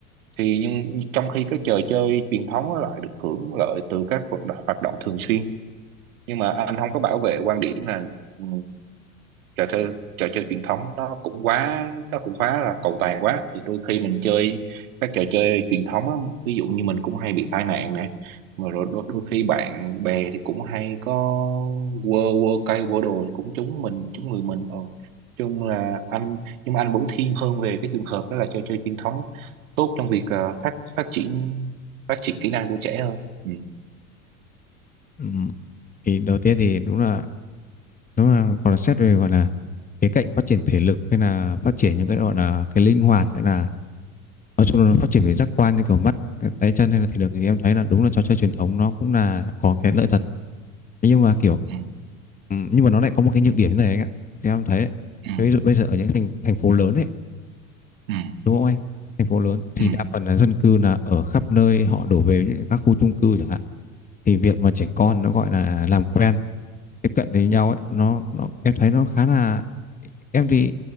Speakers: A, on the right; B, on the left.
A: thì nhưng trong khi các trò chơi truyền thống á lại được hưởng lợi từ các vận động, hoạt động thường xuyên nhưng mà anh không có bảo vệ quan điểm là ừ, trò chơi trò chơi truyền thống nó cũng quá nó cũng quá là cầu toàn quá thì đôi khi mình chơi các trò chơi truyền thống á, ví dụ như mình cũng hay bị tai nạn nè mà rồi đôi, đôi khi bạn bè thì cũng hay có quơ quơ cây quơ đồ thì cũng trúng mình trúng người mình ờ chung là anh nhưng mà anh vẫn thiên hơn về cái trường hợp đó là trò chơi truyền thống tốt trong việc ờ, phát phát triển phát triển kỹ năng của trẻ hơn ừ.
B: ừm, thì đầu tiên thì đúng là đúng là còn là xét về gọi là cái cạnh phát triển thể lực hay là phát triển những cái gọi là cái linh hoạt hay là nói chung là nó phát triển về giác quan như kiểu mắt cái tay chân hay là thể lực thì em thấy là đúng là trò chơi truyền thống nó cũng là có cái lợi thật Thế nhưng mà kiểu
A: Ừ.
B: ừ, nhưng mà nó lại có một cái nhược điểm như này anh ạ thì em thấy
A: Ừ.
B: ví dụ bây giờ ở những thành thành phố lớn ấy
A: Ừ.
B: đúng không anh thành phố lớn thì
A: Ừ.
B: đa phần là dân cư là ở khắp nơi họ đổ về những các khu chung cư chẳng hạn thì việc mà trẻ con nó gọi là làm quen tiếp cận với nhau ấy nó nó em thấy nó khá là em thì